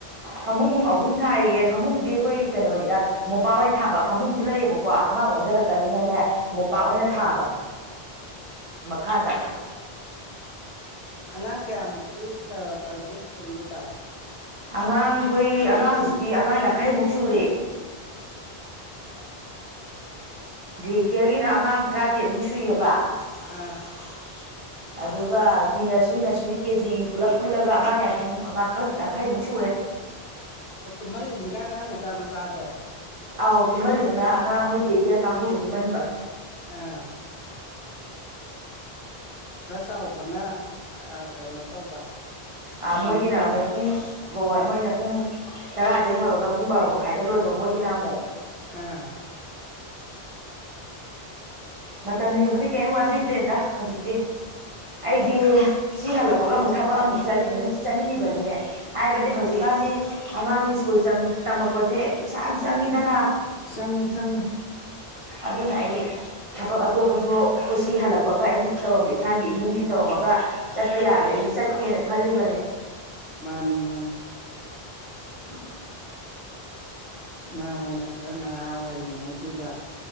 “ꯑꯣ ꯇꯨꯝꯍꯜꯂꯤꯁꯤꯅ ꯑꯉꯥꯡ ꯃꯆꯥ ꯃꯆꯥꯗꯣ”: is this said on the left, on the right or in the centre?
Left